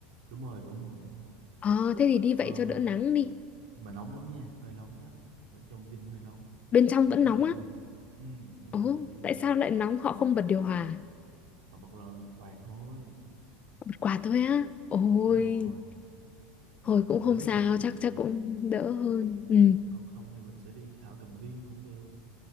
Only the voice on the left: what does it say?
ờ thế thì đi
vậy cho đỡ nắng đi
bên trong
vẫn
nóng
á
ồ
tại sao lại nóng họ không bật điều hòa
bật quạt thôi á ôi
hồi
cũng không
sao
chắc chắc cũng đỡ hơn ừ